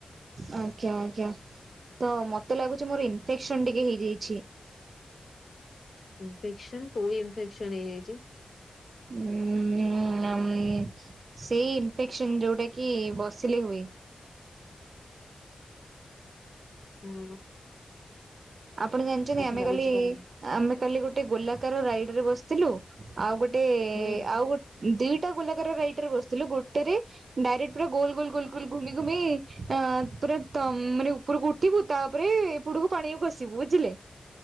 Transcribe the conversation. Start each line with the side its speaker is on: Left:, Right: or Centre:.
Right: ଆଜ୍ଞା, ଆଜ୍ଞା, ତ ମତେ ଲାଗୁଚି ମୋର ଇନଫେକ୍ସନ ଟିକେ ହେଇଯାଇଛି।
Left: ଇନଫେକ୍ସନ, କୋଉ ଇନଫେକ୍ସନ ହେଇଯାଇଛି?
Right: ଉଁ ଆମ୍ ସେଇ ଇନଫେକ୍ସନ ଯୋଉଟା କି ବସିଲେ ହୁଏ।
Left: ହୁଁ।
Right: ଆପଣ ଜାଣିଛନ୍ତି,
Left: କଥାଟା
Right: ଆମେ କାଲି
Left: ବୁଝିପାରୁନି।
Right: ‌। ଆମେ କାଲି ଗୋଟେ ଗୋଲାକାର ରାଇଡ ରେ ବସିଥିଲୁ। ଆଉ ଗୋଟେ,
Left: ହୁଁ
Right: ଆଉ ଗୋ ଦିଟା ଗୋଲାକାର ରାଇଡରେ ବସିଥିଲୁ ଗୋଟେରେ। ଡାଇରେକ୍ଟ ପୁରା ଗୋଲ ଗୋଲ ଗୋଲ ଗୋଲ ଘୁମି ଘୁମି, ଆଁ ପୁରା ତମ ମୋନେ ଉପ ଉପରକୁ ଉଠିବୁ, ତାପରେ ଏପଟକୁ ପାଣିକୁ ଖସିବୁ ବୁଝିଲେ।